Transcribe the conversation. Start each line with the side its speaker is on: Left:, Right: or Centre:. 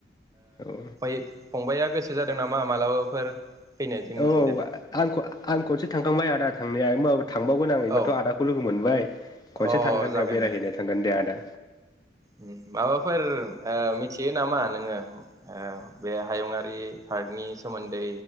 Left: औ
Right: फंबाइाया गोसो जादों नामा मालाबाफोर- फैनो जोंनिथिंजाय
Left: औ औ आं आं खनसे थांखांबाय आदा। थांनाया ओमबाबो थांबावगोन आं एबाथ'
Right: औ
Left: आदाखौ लोगो मोनबाय खनसे
Right: अ
Left: थांगोन
Right: जागोन
Left: र' बेरायहैनो
Right: जागोन
Left: थांगोन दे आदा।
Right: उम माबाफोर ओ मिथियो नामा नोङो ओ बेे हायुङारि पार्कनि सोमो दै